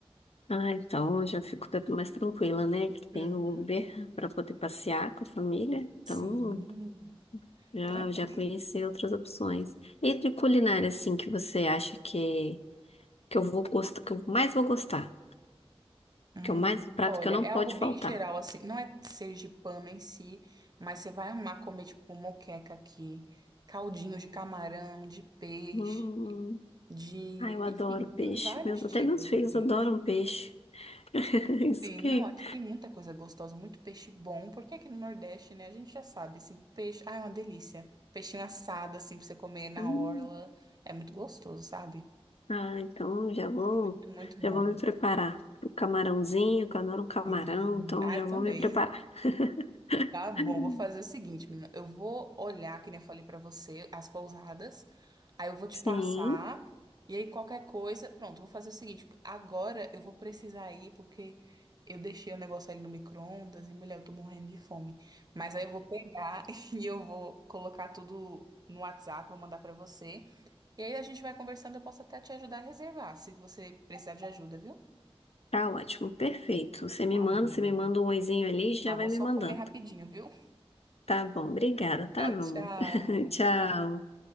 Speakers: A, on the left; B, on the right.
A: Ah, então eu já fico mais tranquila, né? Que tem
B: Uhum.
A: o Uber para poder passear com a família. Então
B: Sim,
A: Já,
B: tranquilo.
A: já conheci outras opções. E de culinária, assim, que você acha que, que eu vou gostar, que eu mais vou gostar,
B: Hum,
A: que é o mais prato
B: Olha,
A: que eu não
B: é algo
A: pode faltar.
B: bem geral, assim, não é sergipano em si, mas você vai amar comer, tipo, moqueca aqui, caldinho de camarão, de peixe,
A: Hum,
B: de...
A: ai, eu adoro
B: Enfim,
A: peixe.
B: tem vários
A: Meus, até
B: tipos,
A: meus filhos
B: assim.
A: adoram peixe. <laughs> Isso
B: Sim,
A: que.
B: não, aqui tem muita coisa gostosa, muito peixe bom, porque aqui no Nordeste, né, a gente já sabe, assim, peixe, ah, é uma delícia. Peixinho assado, assim, pra você comer na
A: Hum,
B: orla, é muito gostoso, sabe?
A: ah, então já vou,
B: Muito, muito
A: já
B: bom.
A: vou me preparar. O camarãozinho, que eu adoro um camarão,
B: Sim.
A: então
B: Ah,
A: já
B: eu
A: vou
B: também.
A: me preparar.
B: Tá
A: <laughs>
B: bom, vou fazer o seguinte, menina. Eu vou olhar, que nem eu falei pra você, as pousadas. Aí eu vou te
A: Sim,
B: passar. E aí qualquer coisa. Pronto, vou fazer o seguinte. Agora eu vou precisar ir, porque eu deixei o negócio ali no micro-ondas e, mulher, eu tô morrendo de fome. Mas aí eu vou pegar <laughs> e eu vou colocar tudo no WhatsApp, vou mandar pra você. E aí a gente vai conversando. Eu posso até te ajudar a reservar, se você precisar de ajuda, viu?
A: tá ótimo, perfeito. Você me
B: Tá
A: manda,
B: bom.
A: você me manda um oizinho ali e já
B: Ah,
A: vai
B: vou
A: me
B: só
A: mandando.
B: comer rapidinho, viu?
A: Tá bom, obrigada,
B: <laughs>
A: tá,
B: Tchau,
A: meu
B: tchau.
A: amor? <laughs> Tchau.